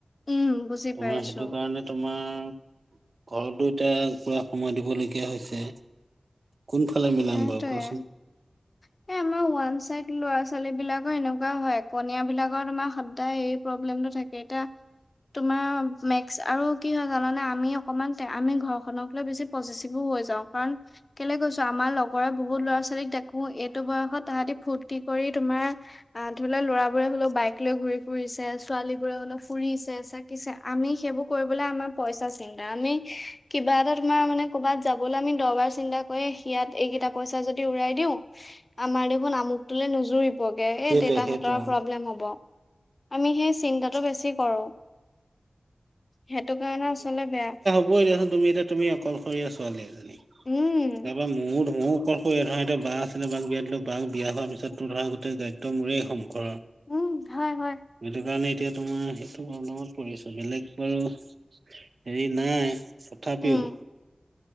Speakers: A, on the left; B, on the right.
A: উম বুজি
B: তোমাৰ
A: পাইছো
B: সেইটো কাৰণে। তোমাৰ ঘৰ দুটা পুৰা সময় দিবলগীয়া হৈছে। কোনফালে মিলাম
A: সেইটোয়ে
B: বাৰু কোৱাচোন।
A: এ আমাৰ ওৱান চাইড ল'ৰা-ছোৱালী বিলাকৰ এনেকুৱা হয় কনিয় বিলাকৰ তোমাৰ সদায় এই, প্ৰব্লেমটো থাকে এতিয়া। তোমাৰ মেক্স আৰু কি হয় জানানে আমি অকণমান আমি ঘৰখনক লৈ বেছি। পচেচিপও হৈ যাও কাৰণ কেলে কৈছো আ আমাৰ লগৰ বহুত ল'ৰা-ছোৱালীক দেখো এইটো বয়সত তাহাঁতি ফূৰ্তি কৰি তোমাৰ। আহ ধৰি লোৱা লৰাবোৰে হলেও বাইক লৈ ঘূৰি ফুৰিছে ছোৱালী বোৰে হলে ফুৰিছে পছে আমি সেইবোৰ কৰিবলৈ আমাৰ পইচা চিন্তা আমি কিবা এটা তোমাৰ মানে। ক'ৰবাত যাবলৈ আমি দহবাৰ চিন্তা কৰি ইয়াত এইকেইটা পইচা যদি উৰাই দিওঁ। আমাৰ দেখোন আমুকটোলৈ নোযুৰি বৰগে
B: সেইটোৱে
A: এই দেতাহঁতৰ
B: সেইটোৱে অ
A: প্ৰব্লেম হ'ব। আমি সেই চিন্তাটো বেছি কৰোঁ। সেইটো কাৰণে আচলতে বেয়া।
B: কব দিয়াচোন তুমি এতিয়া তুমি অকলশৰীয়া ছোৱালী।
A: উম
B: তাৰপৰা মও ধও আকলশৰীয়া ধৰা, এতিয়া বা আছিলে বাক বিয়া দিলো। বা বিয়া হোৱাৰ পিছত তো ধৰা গোটেই দায়িত্ব মোৰেই সংসাৰ আও।
A: উম, হয় হয়।
B: সেইটো কাৰণে এতিয়া তোমাৰ সেইটো প্ৰব্লেমত পৰি আছো। বেলেগ বাৰু হেৰি নাই তথাপিও
A: উম